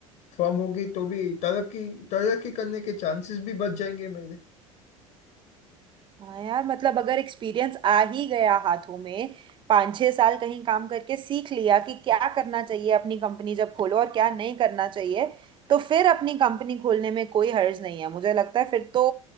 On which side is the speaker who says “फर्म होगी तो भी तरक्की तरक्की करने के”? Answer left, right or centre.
Left